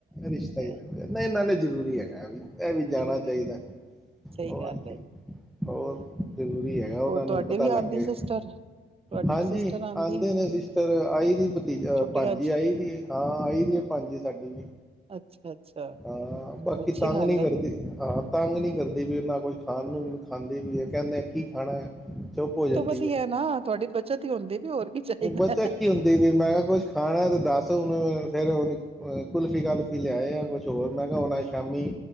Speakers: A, in the centre; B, on the right (about 30°).
A: ਰਿਸ਼ਤਾ ਹੀ
B: ਹਾਂ,
A: ਨਹੀਂ ਨਾਲੇ ਜ਼ਰੂ ਜ਼ਰੂਰੀ ਹੈਗਾ ਐ ਵੀ। ਇਹ ਵੀ ਜਾਣਾ
B: ਜ਼ਰੂਰੀ
A: ਚਾਹੀਦਾ,
B: ਸਹੀ
A: ਹੋਰ
B: ਗੱਲ
A: ਕੀ
B: ਹੈ
A: ਹੋਰ। ਜ਼ਰੂਰੀ ਹੈਗਾ ਉਹਨਾਂ
B: ਹੋਰ
A: ਨੂੰ
B: ਤੁਹਾਡੇ
A: ਵੀ ਪਤਾ ਲੱਗੇ
B: ਆਉਂਦੀ ਸਿਸਟਰ ਤੁਹਾਡੇ
A: ਹਾਂਜੀ
B: ਵੀ ਸਿਸਟਰ ਆਉਂਦੀ
A: ਆਉਂਦੇ ਨੇ ਸਿਸਟਰ ਆਈ ਦੀ ਭਤੀਜਾ
B: ਛੁੱਟੀਆਂ
A: ਭਾਣਜੀ
B: ਚ
A: ਆਈ ਦੀ ਹਾਂ ਆਈ ਦੀ ਆ ਭਾਣਜੀ ਸਾਡੀ ਵੀ।
B: ਅੱਛਾ ਅੱਛਾ
A: ਹਾਂ ਬਾਕੀ
B: ਅੱਛੀ
A: ਤੰਗ
B: ਗੱਲ
A: ਨੀ
B: ਹੈ
A: ਕਰਦੀ ਹਾਂ ਤੰਗ ਨਹੀਂ ਕਰਦੀ ਵੀਨਾਂ। ਕੁਝ ਖਾਣ ਨੂੰ ਵੀ ਖਾਂਦੇ ਵੀ ਹੈ, ਕਹਿੰਦੇ ਆ ਕੀ ਖਾਣਾ ਹੈ। ਚੁੱਪ ਹੋ ਜਾਂਦੀ
B: ਤੋਂ ਵਧੀਆ
A: ਹੈ,
B: ਨਾ ਤੁਹਾਡੀ ਬੱਚਤ ਹੀ ਹੁੰਦੀ ਵੀ ਹੋਰ ਕੀ ਚਾਹੀਦਾ।
A: ਬੱਚਾ ਕੀ ਹੁੰਦੀ ਵੀ ਮੈਂ ਕਿਹਾ ਕੁਛ ਖਾਣਾ ਤੇ ਦੱਸ ਉਹਨੂੰ ਫੇਰ ਉਹਨੂੰ ਕੁਲਫ਼ੀ ਗੱਲ ਲਿਆ ਕੁਛ, ਹੋਰ ਮੈ ਕਿਹਾ ਹੁਣ ਸ਼ਾਮੀ